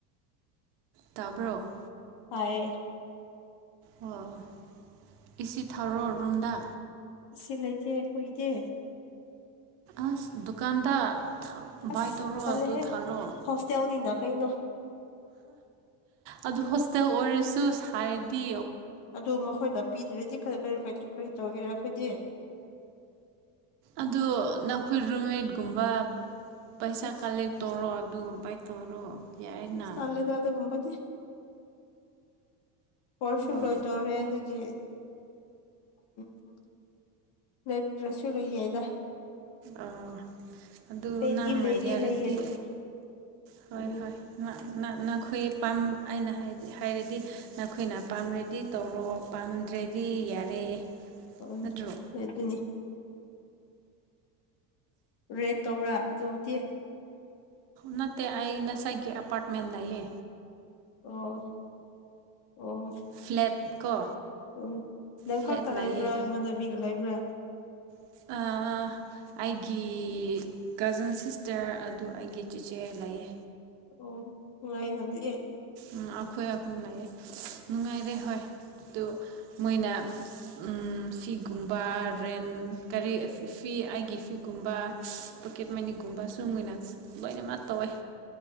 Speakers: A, on the right; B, on the left.
A: ꯇꯥꯕ꯭ꯔꯣ
B: ꯇꯥꯏꯌꯦ
A: ꯑꯣ ꯑꯦꯁꯤ ꯊꯥꯔꯣ ꯔꯨꯝꯗꯥ
B: ꯁꯤ ꯂꯩꯇꯦ ꯑꯈꯣꯏꯒꯤꯗꯤ
A: ꯑꯁ ꯗꯨꯀꯥꯟꯗ
B: ꯑꯁ
A: ꯕꯥꯏ ꯇꯧꯔꯣ
B: ꯇꯜꯂꯦꯍꯦ
A: ꯑꯗꯨ ꯊꯥꯔꯣ
B: ꯍꯣꯁꯇꯦꯜꯅꯤꯅ ꯀꯩꯅꯣ
A: ꯑꯗꯨ ꯍꯣꯁꯇꯦꯜ ꯑꯣꯏꯔꯁꯨ ꯁꯥꯏꯔꯗꯤ
B: ꯑꯗꯨ ꯃꯈꯣꯏꯅ ꯄꯤꯗ꯭ꯔꯗꯤ ꯀꯔꯤ ꯀꯔꯤ ꯇꯧꯒꯦꯔꯦ ꯑꯩꯈꯣꯏꯗꯤ
A: ꯑꯗꯨ ꯅꯈꯣꯏ ꯔꯨꯝꯃꯦꯠꯀꯨꯝꯕ ꯄꯩꯁꯥ
B: ꯑꯁ
A: ꯀꯂꯦꯛ ꯇꯧꯔꯣ ꯑꯗꯨ ꯕꯥꯥꯏ ꯇꯧꯔꯣ ꯌꯥꯏꯅ
B: ꯑꯁ ꯇꯜꯂꯤꯗ ꯑꯗꯨꯒꯨꯝꯕꯗꯤ ꯄꯔꯁꯨ
A: ꯑꯣ
B: ꯂꯣꯏ ꯇꯧꯔꯦ ꯑꯗꯨꯒꯤ ꯎꯝ <unintelligible>
A: ꯑꯣ ꯑꯗꯨ
B: ꯐꯦꯟꯗꯤ
A: ꯅꯪꯅ
B: ꯂꯩꯗꯤ
A: ꯌꯥꯔꯗꯤ
B: ꯂꯩꯌꯦ ꯑꯗꯨꯕꯨ
A: ꯍꯣꯏ
B: ꯎꯝ
A: ꯍꯣꯏ ꯅꯈꯣꯏ ꯄꯥꯝ ꯑꯩꯅ ꯍꯥꯏꯔꯗꯤ ꯅꯈꯣꯏꯅ ꯄꯥꯝꯔꯗꯤ ꯇꯧꯔꯣ ꯄꯥꯝꯗ꯭ꯔꯦꯗꯤ ꯌꯥꯔꯦ
B: ꯍꯣꯏ ꯑꯗꯨ
A: ꯅꯠꯇ꯭ꯔꯣ
B: ꯑꯗꯨꯅꯤ ꯔꯦꯟ ꯇꯧꯕ꯭ꯔꯥ ꯗꯨꯝꯇꯤ
A: ꯅꯠꯇꯦ ꯑꯩ ꯉꯁꯥꯏꯒꯤ ꯑꯦꯄꯥꯔꯠꯃꯦꯟ ꯂꯩꯌꯦ
B: ꯑꯣ ꯑꯣ
A: ꯐ꯭ꯂꯦꯠ ꯀꯣ
B: ꯎꯝ ꯅꯪ
A: ꯐ꯭ꯂꯦꯠ
B: ꯈꯛꯇ ꯂꯩꯕ꯭ꯔꯥ
A: ꯂꯩꯌꯦ
B: ꯑꯩꯉꯣꯟꯗ ꯃꯤꯒ ꯂꯩꯕ꯭ꯔꯥ
A: ꯑꯥ ꯑꯥ ꯑꯩꯒꯤ ꯀꯖꯤꯟ ꯁꯤꯁꯇꯔ ꯑꯗꯨ ꯑꯩꯒꯤ ꯆꯦꯆꯦ ꯂꯩꯌꯦ
B: ꯑꯣ ꯅꯨꯡꯉꯥꯏꯅꯕꯤ
A: ꯎꯝ ꯑꯈꯣꯏ ꯑꯍꯨꯝ ꯂꯩꯌꯦ ꯅꯨꯡꯉꯥꯏꯔꯦ ꯍꯣꯏ ꯑꯗꯨ ꯃꯣꯏꯅ ꯎꯝ ꯁꯤꯒꯨꯝꯕ ꯔꯦꯟ ꯀ꯭ꯔꯤ ꯐꯤ ꯑꯩꯒꯤ ꯐꯤꯒꯨꯝꯕ ꯄꯣꯀꯦꯠ ꯃꯅꯤꯒꯨꯝꯕ ꯁꯨ ꯃꯣꯏꯅ ꯂꯣꯏꯅꯃꯛ ꯇꯧꯋꯦ